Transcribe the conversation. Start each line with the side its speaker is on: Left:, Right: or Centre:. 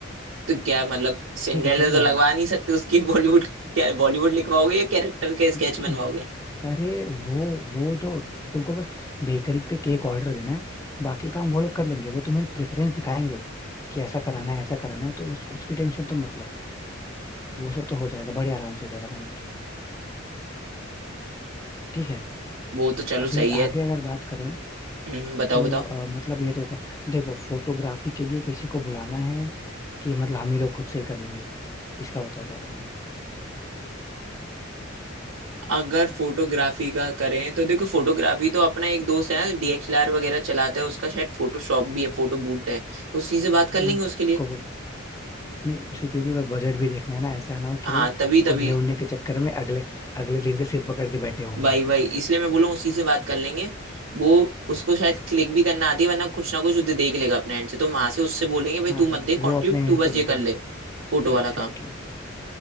Right: तो क्या मतलब सिंड्रेला
Left: ठीक है चल जाना
Right: तो लगवा
Left: ये तो
Right: नहीं सकते उसकी बॉलीवुड क्या बॉलीवुड लिखवाओगे या कैरेक्टर के स्केच
Left: नहीं नहीं
Right: बनवाओगे
Left: अरे वो वो जो तुमको बस बेकरी पे केक ऑर्डर देना है बाकी काम वो लोग कर लेंगे वो तुम्हें प्रेफरेंस दिखाएंगे कि ऐसा कराना है ऐसा कराना है तो उस, उसकी टेंशन तुम मत लो वो सब तो हो जाएगा बड़े आराम से हो जाएगा मैनेज ठीक है
Right: वो तो चलो
Left: अभी
Right: सही है
Left: आगे अगर बात करें
Right: हम्म बताओ
Left: तो
Right: बताओ
Left: अ, मतलब ये तो क्या देखो फोटोग्राफी के लिए किसी को बुलाना है कि मतलब हम ही लोग खुद से ही कर लेंगे इसका बताओ क्या करना है
Right: अगर फोटोग्राफी का करें तो देखो फोटोग्राफी तो अपना एक दोस्त है डीएसएलआर वगैरह चलाता है उसका शायद फोटोशॉप भी है फोटो बूट है तो उसी से बात कर लेंगे
Left: हाँ तो
Right: उसके लिए
Left: उसको बोल नहीं उसे क्योंकि भाई बजट भी देखना है ना ऐसा ना हो कि
Right: हाँ
Left: भाई
Right: तभी तभी
Left: उड़ने उड़ने के चक्कर में अगले अगले दिन से सिर पकड़ के बैठे हो हम
Right: भाई
Left: लोग
Right: भाई इसलिए मैं बोलूँ उसी से बात कर लेंगे वो उसको शायद क्लिक भी करना आती है वरना कुछ ना कुछ वो देख लेगा अपने एंड से तो वहां से उससे बोलेंगे भाई
Left: हाँ
Right: तू मत दे
Left: वो
Right: कॉन्ट्रीब्यूट
Left: अपने
Right: तू
Left: एंड
Right: बस
Left: से देख
Right: ये
Left: लेगा
Right: कर ले फोटो
Left: Exactly
Right: वाला काम
Left: exactly.